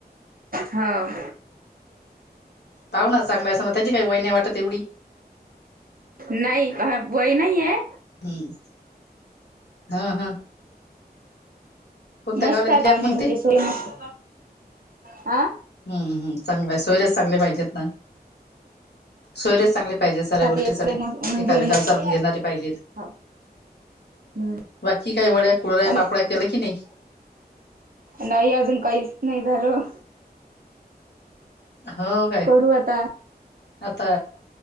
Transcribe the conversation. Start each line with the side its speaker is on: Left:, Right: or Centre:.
Right: हाव
Left: पाहुना चांगलंय असं त्याची काही वय नाही वाटत एवढी
Right: नाही वय नाही आहे.
Left: <unintelligible> हा हा कोणत्या
Right: मस्त
Left: गावला
Right: आहेत
Left: दिली आहात
Right: आता
Left: मग ते
Right: त सोई मस्त हा
Left: हम्मम चांगलं सोयर्यास चांगले पाहिजेत ना सोयर्यास चांगले पाहिजे सऱ्या
Right: त्यात
Left: गोष्टीसाठी
Right: एवढे म्हणजे
Left: एखादेखला
Right: मोकळे
Left: चालून
Right: आहेत
Left: घेणारी पाहिजेत
Right: हो हम्म
Left: बाकी काही वड्या कुडऱ्या
Right: पण
Left: पापड केला की नाही
Right: नाही अजून काहीच नाही झालं
Left: हो काय
Right: करू आता
Left: आता